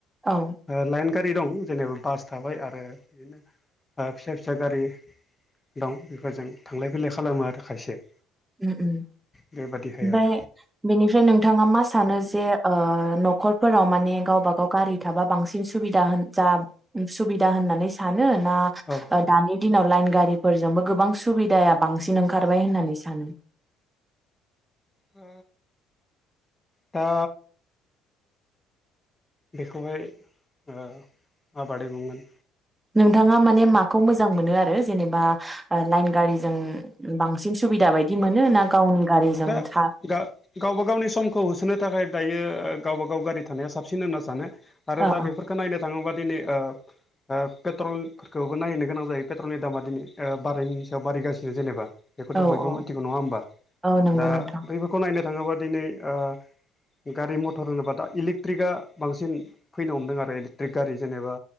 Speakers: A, on the right (about 15°); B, on the left (about 20°).
A: उम
B: ओ लाइन गारि दं जेनेबा बास थाबाय आरो बिदिनो ओ फिसा फिसा गारि दं बेफोरजों थांलाय फैलाय खालामनो आरो खायसे।
A: ओम ओम
B: बेबादिहाय
A: ओमफ्राय
B: आरो
A: बेनिफ्राय नोंथाङा मा सानो जे ओ न'खर फोराव माने गावबा गाव गारि थाबा बांसिन सुबिदा होन जा सुबिदा होननानै सानो ना
B: औ ओ
A: दानि दिनाव लाइन गारिफोरजोंबो गोबां सुबिदाया बांसिन ओंखारबाय होननानैस आनो
B: अ दा बेखौहाय ओ माबादि बुंगोन?
A: नोंथाङा माने माखौ मोजां मोनो आर ओ जेनेबा लाइन गारिजों बांसिन सुबिदा बायदि मोना गावनि गारिजों
B: दा
A: था
B: गा-गावबा गावनि समखौ होसोनो थाखाय दायो गावबागाव गारि थानाया साबसिन होनना सानो। आरो
A: ओ
B: दा बेफोरखौ नायनो थाङोबा दिनै ओ ओ पेट्रलफोरखोबो नायनो गोनां जायो पेट्रलनि दामा दिनै ओ बारायनायनि सायाव बारायगासिनो जेनेबा। बेखौथ'
A: औ
B: बयबो
A: औ
B: मोनथिगौ नङा होमबा?
A: औ नंगौ
B: दा
A: नोंथां
B: बैफोरखौ नायनो थाङोबा दिनै ओ गारि मथर होनोबा दा इलेक्ट्रिकआ बांसिन फैनो हमदों आरो इलेकट्रिक गारि जेनेबा